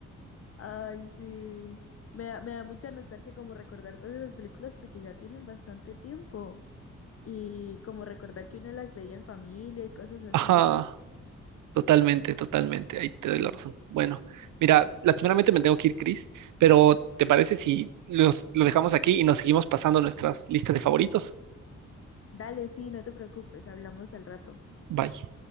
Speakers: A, on the left; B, on the right.
A: Ay, sí. Me da, me da mucha nostalgia como recordar todas esas películas porque ya tienen bastante tiempo. Y como recordar que uno las veía en familia y cosas así.
B: Ajá. Totalmente, totalmente. Ahí te doy la razón. Bueno, mira, lastimeramente me tengo que ir, Chris, pero ¿te parece si los, lo dejamos aquí y nos seguimos pasando nuestras listas de favoritos?
A: Dale, sí, no te preocupes, hablamos al rato.
B: Bye.